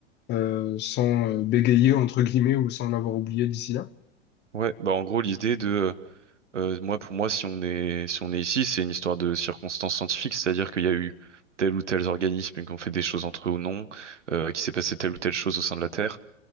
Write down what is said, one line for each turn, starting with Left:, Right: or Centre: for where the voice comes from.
Left: euh, sans euh, bégayer, entre guillemets, ou sans l'avoir oublié d'ici là?
Right: Ouais. Bah, en gros, l'idée de, euh, moi, pour moi, si on est, si on est ici, c'est une histoire de circonstances scientifiques, c'est-à-dire qu'il y a eu tel ou tel organisme qui ont fait des choses entre eux ou non, euh, qui s'est passé telle ou telle chose au sein de la Terre.